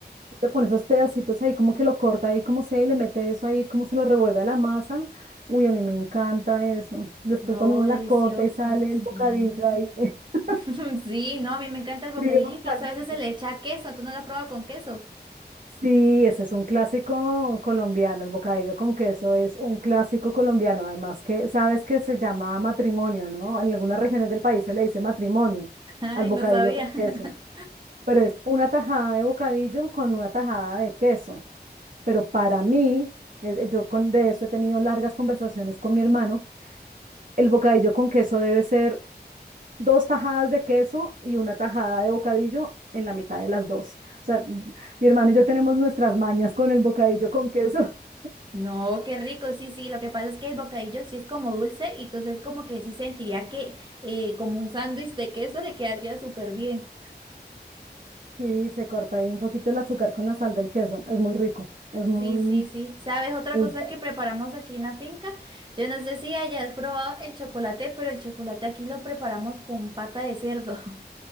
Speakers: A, on the right; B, on the right.
A: le pone esos pedacitos ahí, como que lo corta ahí, como sea, y le mete eso ahí, como se lo revuelve a la masa. Uy, a mí me encanta eso. Después
B: No,
A: cuando uno
B: delicioso,
A: la corta y sale
B: sí.
A: el bocadillo ahí, <laughs>
B: <laughs> Sí, no, a mí me encanta el bocadillo,
A: frío,
B: incluso
A: caliente.
B: a veces se le echa queso, ¿tú no lo has probado con queso?
A: Sí, ese es un clásico colombiano, el bocadillo con queso es un clásico colombiano, además que sabes que se llama matrimonio, ¿no? En algunas regiones del país se le dice matrimonio
B: Ay,
A: al bocadillo
B: no sabía.
A: con
B: <laughs>
A: queso, pero es una tajada de bocadillo con una tajada de queso. Pero para mí, eh, yo con, de esto he tenido largas conversaciones con mi hermano, el bocadillo con queso debe ser dos tajadas de queso y una tajada de bocadillo en la mitad de las dos. O sea, mi hermano y yo tenemos nuestras mañas con el bocadillo con queso. <laughs>
B: No, qué rico, sí, sí. Lo que pasa es que el bocadillo sí es como dulce y entonces como que sí sentiría que eh, como un sándwich de queso le quedaría súper bien.
A: Sí, se corta ahí un poquito el azúcar con la sal del queso. Es muy rico. Es muy...
B: Sí, sí, sí. ¿Sabes otra
A: El...
B: cosa que preparamos aquí en la finca? Yo no sé si hayas probado el chocolate, pero el chocolate aquí lo preparamos con pata de cerdo. <laughs>